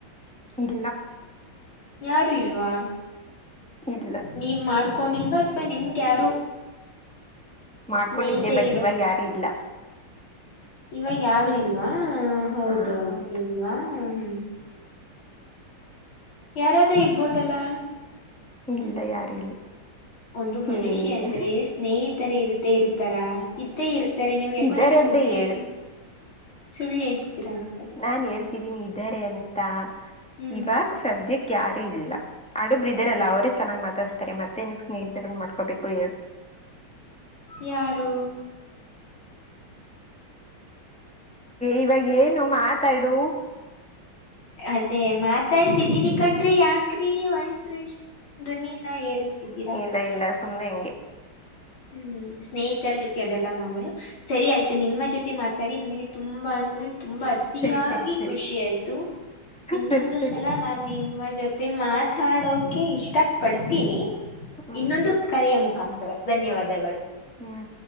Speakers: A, in the centre; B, on the left.
A: ಇಲ್ಲ
B: ಯಾರು ಇಲ್ವಾ
A: ಇಲ್ಲ
B: ನೀವ್ ಮಾಡ್ಕೊಂಡಿಲ್ವಾ ಅಥವಾ ನಿಮ್ಗ್ ಯಾರು
A: ಮಾಡ್ಕೊಂಡಿದ್ದೆ
B: ಸ್ನೇಹಿತೆಗೆ
A: ಬಟ್
B: ಬ
A: ಇವಾಗ ಯಾರು ಇಲ್ಲ
B: ಇವಾಗ್ ಯಾರು ಇಲ್ವಾ ಹೌದೌದು
A: ಹಾ ಹೌದು
B: ಇಲ್ವಾ ಹ್ಮ್ ಯಾರಾದ್ರೂ ಇರ್ಬೋದಲ್ಲಾ
A: ಇಲ್ಲ ಯಾರು ಇಲ್ಲ
B: ಒಂದು ಮನುಷ್ಯ
A: ಏ
B: ಅಂದ್ರೆ ಸ್ನೇಹಿತರ ಇರ್್ದೇ ಇರ್ತಾರ ಇದ್ದೇ ಇರ್ತ ಾರೆ ನೀವು ಯಾಕೋ
A: ಇದ್ದಾರೆ
B: ನಂಗೆ ಸುಳ್ಳು
A: ಅಂತ
B: ಹೇಳ್ತ
A: ಹೇಳ್
B: ಸುಳ್ಳು ಹೇಳ್ತಿದ್ದೀರಾ ಇದೆ.
A: ನಾನ್ ಹೇಳ್ತಿದ್ದೀನಿ ಇದಾರೆ ಅಂತ
B: ಹ್ಮ್
A: ಇವಾಗ ಸದ್ಯಕ್ಕೆ ಯಾರು ಇಲ್ಲ ಹಡುಗ್ರ ಇದಾರಲ್ಲ ಅವರೇ ಚನ್ನಾಗ್ ಮಾತಾಸ್ತಾರೆ ಮತ್ತೆೇನ್ಗ್ ಸ್ನೇಹಿತರ ಮಾಡ್ಕೋಬೇಕು ಹೇಳ
B: ಯಾರು
A: ಇವಾಗ ಏನು ಮಾತಾಡು
B: ಅದೇ ಮಾತಾಡ್ತಿದೀನಿ ಕಂಡ್ರಿ ಯಾಕ್ರಿ ವಯಸ್ರೇಶ್ ದುನಿನ ಏರಿಸ್ತಿದ್ದೀರಾ
A: ಇಲ್ಲ ಇಲ್ಲ ಸುಮ್ಮನೆ ಹೆಂಗೆ
B: ಹ್ಮ್ ಸ್ನೇಹಿತರ ಜೊತೆ ಅದೆಲ್ಲ ಮಾಮೂಲು ಸರಿ ಆಯ್ತು ನಿಮ್ಮ ಜೊತೆ ಮಾತಾಡಿ ನನಗೆ ತುಂಬಾ ಅಂದ್ರೆ ತುಂಬಾ ಅತಿಯಾಗಿ
A: ಸರಿ ಸರಿ ಸರಿ
B: ಖುಷಿ ಆಯ್ತು ಇನ್ನೊಂದು
A: ಸರಿ ಸರಿ
B: ಸಲ ನಾನು ನಿಮ್ಮ ಜೊತೆ ಮಾತಾಡೋಕೆ ಇಷ್ಟ ಪಡ್ತೀನಿ
A: ಹ್ಮ್
B: ಇನ್ನೊಂದು ಕರೆಯ ಮುಖಾಂತರ ಧನ್ಯವಾದಗಳು
A: ಹ್ಮ್